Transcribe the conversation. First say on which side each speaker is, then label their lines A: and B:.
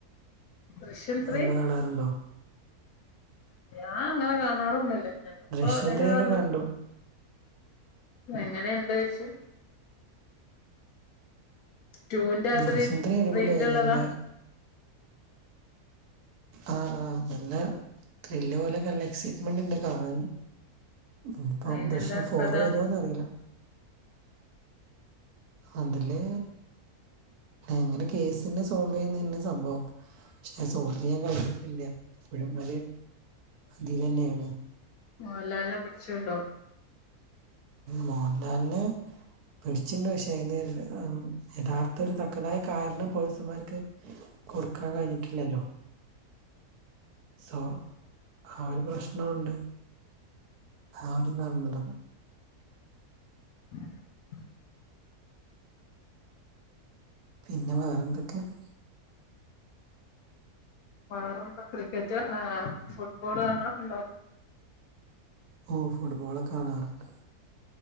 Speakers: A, on the left; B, on the right.
A: ദൃശ്യം ത്രീ
B: സിനിമ കാണാറുണ്ടോ
A: ആഹ് അങ്ങനെ കാണാറൊന്നുമില്ല ഓ ചെലപ്പോ
B: ദൃശ്യം
A: അതല്ലേ
B: ത്രീയൊക്കെ
A: പറഞ്ഞെ
B: കണ്ടു
A: എങ്ങനെ ഒണ്ട് ചോദിച്ചു ടൂ ന്റെ അത്രേ
B: ദൃശ്യം ത്രീ അടിപൊളിയായി
A: ത്രില്ലുള്ളതാ
B: നല്ല ആഹ് ആഹ് നല്ല ത്രില്ല് പോലെയൊക്കെ നല്ല എക്സൈറ്റ്മെന്റ് ഉണ്ട് കാണാന് ഇപ്പോ
A: അതിലെന്താ
B: ദൃശ്യം ഫോർ
A: കഥ
B: വരുമോന്ന് അറിയില്ല അതില് ഇങ്ങനെ കേസിൻ്റെ സോൾവ് ചെയ്യുന്ന തന്നെ സംഭവം പക്ഷെ സോൾവ് ചെയ്യാൻ കഴിഞ്ഞിട്ടില്ല ഇപ്പഴും അത് തീരുക തന്നെയാണ്
A: മോഹൻ ലാലിനെ പിടിച്ചോണ്ട് പോകുവോ
B: മോഹൻലാലിനെ പിടിച്ചോണ്ട് പോകും പക്ഷെ അതില് ആം യഥാർത്ഥ ഒരു തക്കതായ കാരണം പോലീസുകാർക്ക് കൊടുക്കാൻ കഴിഞ്ഞിട്ടില്ലല്ലോ സോ ആ ഒരു പ്രശ്നമുണ്ട് ആര് കണ്ടു
A: <unintelligible>
B: പിന്നെ വേറെ എന്തൊക്കെയാണ്
A: വേറെന്താ ക്രിക്കറ്റ് ആ ഫുട്ബോൾ കാണുവൊ
B: ഓ ഫുട്ബോള് കാണാറുണ്ട്